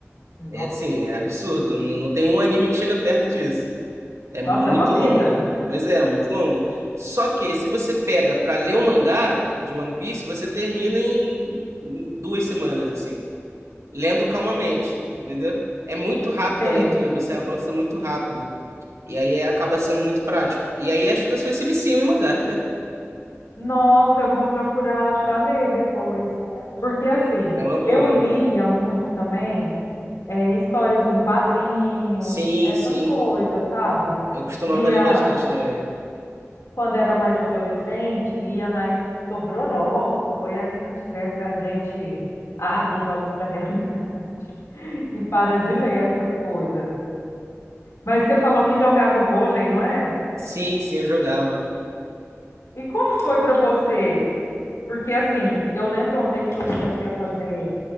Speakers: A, on the left; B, on the right.
A: Nó-
B: É, sim, é absurdo. N- Não tem um anime que chega perto disso. É muito
A: Nossa, é uma vida.
B: longo. Pois é, é muito longo. Só que se você pega pra ler o mangá de One Piece, você termina em em duas semanas, assim, lendo calmamente, entendeu? É muito rápido
A: Sei.
B: a leitura, você avança muito rápido. E aí é- acaba sendo muito prático. E aí as pessoas se viciam em mangá.
A: Nossa, eu vou procurar para ler depois. Porque assim,
B: É é uma boa.
A: eu lia muito também é, histórias em quadrinhos,
B: Sim,
A: essas
B: sim.
A: coisas, sabe?
B: Eu costumava
A: Lia
B: ler bastante também.
A: quando era mais adolescente, lia mais sobre horóscopo, aí a gente cresce, a gente abre os olhos para a realidade <laughs> e para de ler essas coisas. Mas você falou que jogava vôlei, não é?
B: Sim, sim, eu jogava.
A: E como foi para você? Porque assim, eu lembro uma vez que eu comecei a fazer